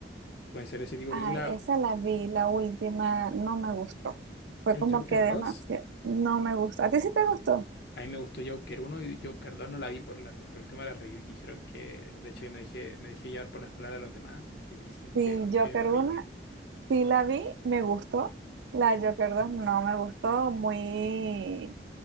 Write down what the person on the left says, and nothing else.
puede ser ese tipo de
película.
¿El
Joker
dos
A mí me gustó Joker uno y Joker 2 no la vi por, la, por el tema de la review que dijeron que, de hecho, yo me dejé, me dejé llevar por las palabras de los demás que dicen
que
que horrible.